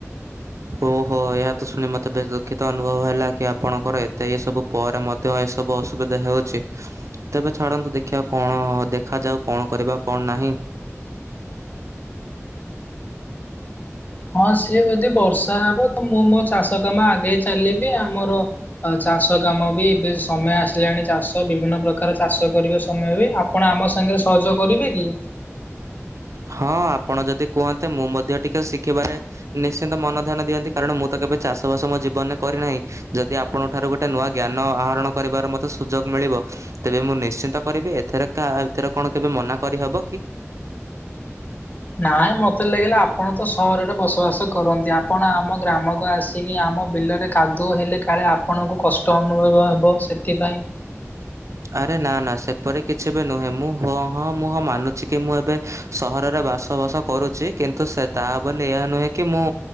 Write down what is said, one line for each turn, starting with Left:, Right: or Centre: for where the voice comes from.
Right: ଓହୋ ଏହା ତ ଶୁଣି ମୋତେ ବେଶ୍ ଦୁଃଖିତ ଅନୁଭବ ହେଲା କି ଆପଣଙ୍କର ଏତେ ଏସବୁ ପରେ ମଧ୍ ତ୍ୟ ଏସବୁ ଅସୁବିଧା ହେଉଛି। ତେବେ ଛାଡନ୍ତୁ ଦେଖିଆ କଣ ଦେଖାଯାଉ କଣ କରିବା କଣ ନାହିଁ।
Left: ହଁ ସିଏ ଯଦି ବର୍ଷା ହବ ତ ମୁଁ ମୋ ଚାଷ କାମ ଆଗେଇ ଚାଲିବି ଆମର ତ ଚାଷ କାମ ବି ଏବେ ସମୟ ଆସିଲାଣି ଚାଷ ବିଭିନ୍ନ ପ୍ରକାର ଚାଷ କରିବା ସମୟ ବି ଆ ଆପଣ ଆମ ସାଙ୍ଗରେ ସହଯୋଗ କରିବେ କି?
Right: ହଁ ଆପଣ ଯଦି କୁହନ୍ତେ, ମୁଁ ମଧ୍ୟ ଟିକେ ଶିଖିବାରେ ନିଶ୍ଚିନ୍ତ ମନ ଧ୍ୟାନ ଦିଅନ୍ତି କାରଣ ମୁଁ ତ କେବେ ଚାଷବାସ ମୋ ଜୀବନରେ କରିନାହିଁ। ଯଦି ଆପଣଙ୍କ ଠାରୁ ଗୋଟେ ନୂଆ ଜ୍ଞାନ ଆହରଣ କରିବାର ମତେ ସୁଯୋଗ ମିଳିବ ତେବେ ମୁଁ ନିଶ୍ଚିନ୍ତ କରିବି, ଏଥର ଏଥର କଣ କେବେ ମନା କରିହବ କି?
Left: ନାଇଁ ମତେ ଲାଗିଲା ଆପଣ ତ ସହରରେ ବସବାସ କରନ୍ତି, ଆପଣ ଆମ ଗ୍ରାମକୁ ଆସି କିି ଆମ ବିଲରେ କାଦୁଅ ହେଲେ, କାଳେ ଆପଣଙ୍କୁ କଷ୍ଟ ଅନୁଭବ ହେବ ସେଥିପାଇଁ।
Right: ଆରେ ନା ନା ସେପରି କିଛି ବି ନୁହେଁ, ମୁଁ ହ ହଁ ମୁଁ ହଁ ମାନୁଛି କି ମୁଁ ଏବେ ସହରରେ ବାସବାସ କରୁଛି, କିନ୍ତୁ ସେ ତା ବୋଲି ଏହା ନୁହେଁ କି ମୁଁ